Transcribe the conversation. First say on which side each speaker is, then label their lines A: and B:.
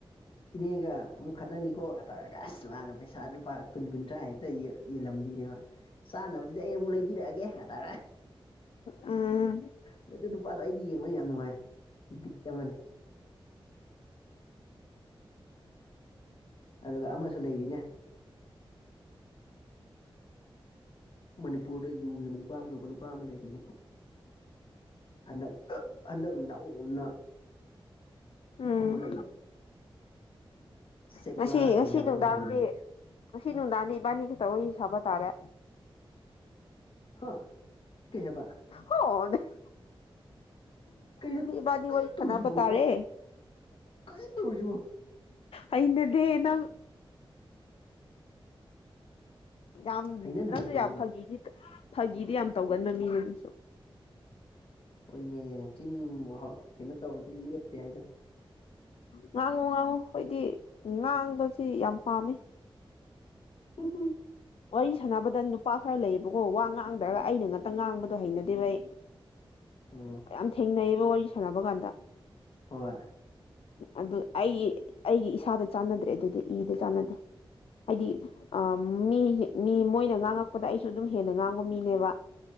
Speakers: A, on the left; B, on the left.
A: ꯏꯅꯦꯒ ꯑꯃꯨꯛ ꯈꯠꯅꯅꯤ ꯀꯣ ꯈ ꯇꯔꯒꯥꯁ ꯃꯥꯅ ꯄꯩꯁꯥ ꯂꯨꯄꯥ ꯀꯨꯟ ꯀꯨꯟꯊ꯭ꯔꯥ ꯍꯥꯏꯦꯛꯇ ꯌꯦ ꯂꯝꯕꯤꯅꯦꯕ ꯆꯥꯅꯕꯗꯨꯗꯤ ꯑꯩ ꯑꯃꯨꯛ ꯂꯩꯕꯤꯔꯛꯑꯒꯦ ꯍꯥꯏꯇꯥꯔꯦ
B: ꯎꯝ
A: ꯃ ꯅꯨꯄꯥꯗꯣ ꯑꯩꯗꯤ ꯌꯦꯡꯕꯅ ꯌꯥꯝ ꯅꯨꯡꯉꯥꯏ ꯗ ꯃꯅꯦ ꯑꯗꯨꯒ ꯑꯃꯁꯨ ꯂꯩꯔꯤꯅꯦ ꯃꯅꯤꯄꯨꯔꯗ ꯌꯨꯒꯤ ꯑꯃꯨꯛꯕꯥꯥꯡꯗꯕ ꯅꯨꯄꯥ ꯑꯃ ꯂꯩꯔꯤ ꯑꯃꯨꯛ ꯍꯟꯗꯛ ꯍꯟꯗꯛ ꯅꯧꯅ
B: ꯎꯝ
A: ꯐꯥꯎꯒꯠꯂꯛꯏꯕ ꯁꯦꯛꯂꯥ
B: ꯉꯁꯤ
A: ꯀꯔꯤ
B: ꯉꯁꯤ
A: ꯍꯥꯏꯕ꯭ꯔꯥ
B: ꯅꯨꯡꯗꯥꯡꯗꯤ
A: ꯑꯃ ꯍꯥꯏꯕꯅꯤꯅꯦ
B: ꯉꯁꯤ ꯅꯨꯡꯗꯥꯡꯗꯤ ꯏꯕꯥꯅꯤ ꯈꯛꯇ ꯋꯥꯔꯤ ꯁꯥꯕ ꯇꯥꯔꯦ
A: ꯍꯥ ꯀꯩ ꯍꯥꯏꯕ
B: ꯍꯅꯦ
A: ꯀꯩꯅꯣ
B: ꯏꯕꯥꯅꯤ
A: ꯀꯔꯤꯝ
B: ꯋꯥꯔꯤ
A: ꯇꯧꯔꯤꯁꯤꯕꯣ
B: ꯁꯥꯟꯅꯕ ꯇꯥꯔꯦ
A: ꯀꯔꯤꯝ ꯇꯧꯔꯤꯁꯤꯕꯣ
B: ꯑꯩꯅꯗꯦ ꯅꯪ ꯌꯥꯝ
A: ꯍꯩꯅꯅꯕ
B: ꯅꯪꯁꯨ
A: ꯇꯧꯅꯦ
B: ꯌꯥꯝ ꯐꯥꯒꯤꯗꯤ ꯐꯥꯒꯤꯗꯤ ꯌꯥꯝ ꯇꯧꯒꯟꯕ ꯃꯤꯅꯅꯪꯁꯨ
A: ꯍꯣꯏꯅꯦ ꯆꯤꯟꯕꯨ ꯀꯩꯅꯣ ꯇꯧꯔꯗꯤ ꯂꯦꯞꯇꯦ ꯍꯥꯏꯗꯣ
B: ꯉꯥꯡꯉꯨ ꯉꯥꯡꯉꯨ ꯑꯩꯣꯏꯗꯤ ꯉꯥꯡꯕꯁꯤ ꯌꯥꯝ ꯄꯥꯝꯃꯤ
A: ꯎ
B: ꯋꯥꯔꯤ ꯁꯥꯟꯅꯕꯗ ꯅꯨꯄꯥ ꯈꯔ ꯂꯩꯌꯦꯕꯀꯣ ꯋꯥ ꯉꯥꯡꯗ꯭ꯔꯒ ꯑꯩꯅ ꯉꯥꯛꯇ ꯉꯥꯡꯕꯗꯣ ꯍꯩꯅꯗꯦꯕ ꯑꯩ
A: ꯎꯝ
B: ꯌꯥꯝ ꯊꯦꯡꯅꯩꯌꯦꯕ ꯋꯥꯔꯤ ꯁꯥꯟꯅꯕ ꯀꯥꯟꯗ
A: ꯍꯣꯏ
B: ꯑꯗꯨ ꯑꯩꯒꯤ ꯑꯩꯒꯤ ꯏꯁꯥꯗ ꯆꯥꯟꯅꯗ꯭ꯔꯦ ꯑꯗꯨꯗꯤ ꯏꯗ ꯆꯥꯟꯅꯗꯦ ꯍꯥꯏꯗꯤ ꯑ ꯃꯤ ꯃꯤ ꯃꯣꯏꯅ ꯉꯥꯡꯉꯛꯄꯗ ꯑꯩꯁꯨ ꯑꯗꯨꯝ ꯍꯦꯟꯅ ꯉꯥꯡꯕ ꯃꯤꯅꯦꯕ